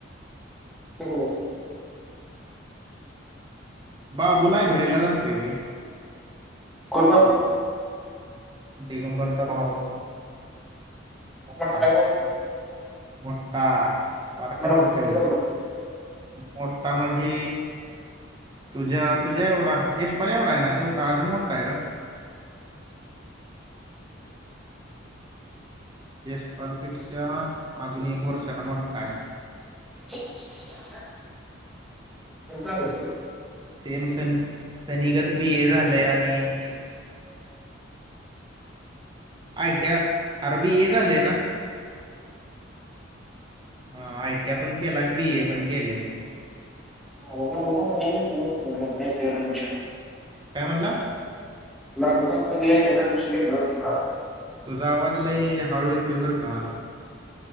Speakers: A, in the centre; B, on the right.
A: हो.
B: बाबू लायब्ररीला जातोय होय?
A: कोण बाबू?
B: दिगंबर चा भाऊ. मोठा
A: कोणता भाऊ?
B: मोठा बारका
A: मग
B: कुठ.
A: काय तेवढं
B: मोठा म्हणजे तुझ्या तुझ्या एवढा येशपाल एवढा आहे ना देव का अजून मोठा आहे र? यश पाल पेक्षा अजून एक वर्षाना मोठा आहे.
A: हम्म <inaudible> चाल.
B: सेम, सेम सनीगत बी ये झालंय आणि आय टी या अरे बी ए झालेय ना? हा आय टी या पण केलाय आणि बी ए पण केलंय.
A: <unintelligible> हो नाही. छा <inaudible>
B: काय म्हणला?
A: तुलाग क हे डेरट मिशीन घेतलं <unintelligible>
B: तुझा आवाज लय हळू येतोत बर का मला.